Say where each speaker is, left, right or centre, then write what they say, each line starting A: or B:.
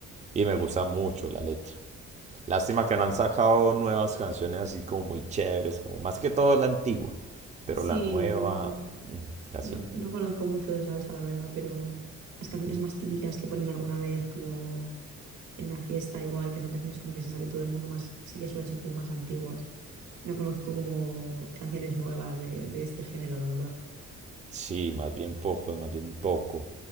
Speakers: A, on the right (about 25°); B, on the right (about 80°).
A: Y me gusta mucho la letra. Lástima que no han sacado nuevas canciones así como muy chéveres, como más que todo la antigua, pero
B: sí,
A: la nueva
B: yo
A: mm, casi
B: no,
A: no.
B: no conozco mucho de salsa, la verdad, pero las canciones más típicas que ponen alguna vez, como en una fiesta igual, que son canciones como que se sabe todo el mundo más, sí que suelen ser como más antiguas. No conozco como canciones nuevas de, de este género, la verdad.
A: Sí, más bien poco, más bien poco.